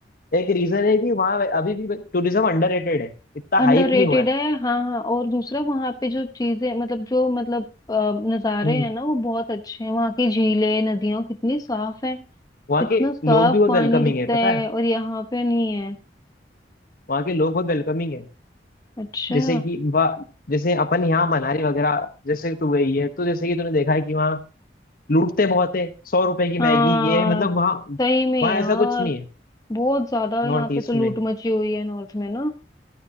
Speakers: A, on the left; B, on the left.
A: एक रीजन है कि वहाँ अभी भी टूरिज्म अंडररेटेड है इतना
B: अंडररेटेड
A: हाइप नहीं हुआ है
B: है हाँ हाँ और दूसरा वहां पे जो चीजें मतलब जो मतलब अ, नजारे
A: हम्म
B: हैं ना वो बहुत अच्छे हैं वहां की झीलें नदियां कितनी साफ है
A: वहाँ
B: कितना
A: के
B: साफ
A: लोग भी बहुत
B: पानी
A: वेलकमिंग
B: दिखता
A: है पता
B: है
A: है
B: और यहाँ पे नहीं है
A: वहाँ के लोग बहुत वेलकमिंग है
B: अच्छा
A: जैसे कि वह जैसे अपन यहाँ मनाली वगैरह जैसे तू गई है तो जैसे कि तूने देखा है कि वहाँ लूटते बहुत है सौ रुपए की मैगी
B: हाँ
A: ये मतलब वहाँ
B: सही में
A: वहाँ
B: यार
A: ऐसा कुछ नहीं है
B: बहुत ज्यादा
A: नॉर्थ
B: यहाँ
A: ईस्ट
B: पे तो लूट
A: में
B: मची हुई है नॉर्थ में